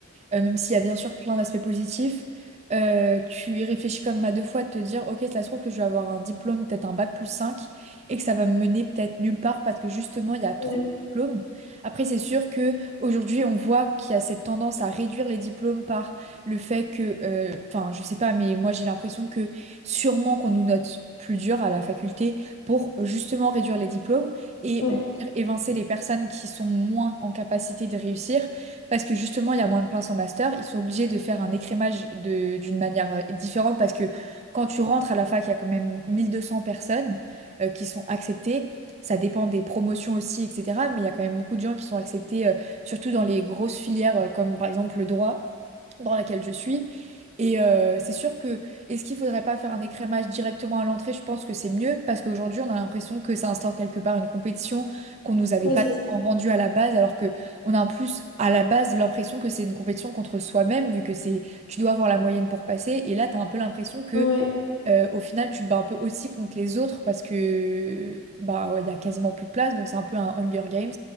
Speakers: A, on the right; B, on the left.
A: Euh, même s'il y a bien sûr plein d'aspects positifs, euh, tu y réfléchis quand même à deux fois de te dire, ok, ça se trouve que je vais avoir un diplôme, peut-être un bac plus 5, et que ça va me mener peut-être nulle part parce que justement, il y a trop
B: Ouais,
A: de diplômes. Après, c'est sûr que aujourd'hui, on voit qu'il y a cette tendance à réduire les diplômes par le fait que, euh, enfin, je sais pas, mais moi j'ai l'impression que sûrement qu'on nous note plus dur à la faculté pour justement réduire les diplômes et
B: ouais,
A: on va dire évincer les personnes qui sont moins en capacité de réussir parce que justement, il y a moins de places en master. Ils sont obligés de faire un écrémage de, d'une manière euh, différente parce que quand tu rentres à la fac, il y a quand même 1200 personnes euh, qui sont acceptées. Ça dépend des promotions aussi, etc. Mais il y a quand même beaucoup de gens qui sont acceptés, euh, surtout dans les grosses filières euh, comme par exemple le droit dans laquelle je suis. Et euh, c'est sûr que, est-ce qu'il faudrait pas faire un écrémage directement à l'entrée? Je pense que c'est mieux parce qu'aujourd'hui, on a l'impression que ça instaure quelque part une compétition qu'on nous avait
B: ouais,
A: pas
B: c'est ça.
A: vendue à la base, alors que on a en plus à la base l'impression que c'est une compétition contre soi-même, vu que c'est tu dois avoir la moyenne pour passer. Et là, tu as un peu l'impression que
B: Ouais.
A: euh, au final, tu te bats un peu aussi contre les autres parce que bah ouais, il y a quasiment plus de place, donc c'est un peu un Hunger Games.